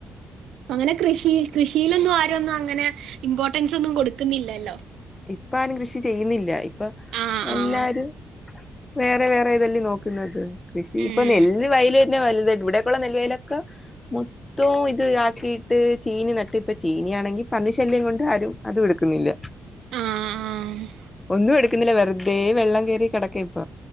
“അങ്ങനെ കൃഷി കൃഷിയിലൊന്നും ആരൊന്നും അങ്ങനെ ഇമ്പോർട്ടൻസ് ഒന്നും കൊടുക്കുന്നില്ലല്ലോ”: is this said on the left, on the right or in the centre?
Right